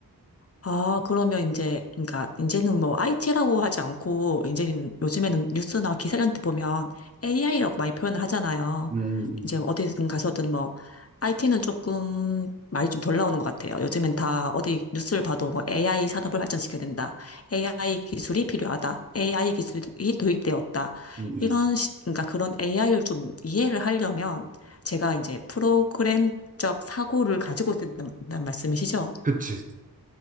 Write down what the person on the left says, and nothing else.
아, 그러면 이제, 그러니까, 이제는 뭐, IT라고 하지 않고, 이제는 요즘에는 뉴스나 기사한테 보면 AI라고 많이 표현을 하잖아요.
이제 어디든 가서든 뭐, IT는 조금 말이 좀 덜 나오는 것 같아요. 요즘엔 다 어디 뉴스를 봐도 뭐, AI 산업을 발전시켜야 된다. AI 기술이 필요하다. AI 기술이 도입되었다.
이런, 식 그러니까 그런 AI를 좀 이해를 하려면, 제가 이제 프로그램적 사고를 가지고 있다는 말씀이시죠?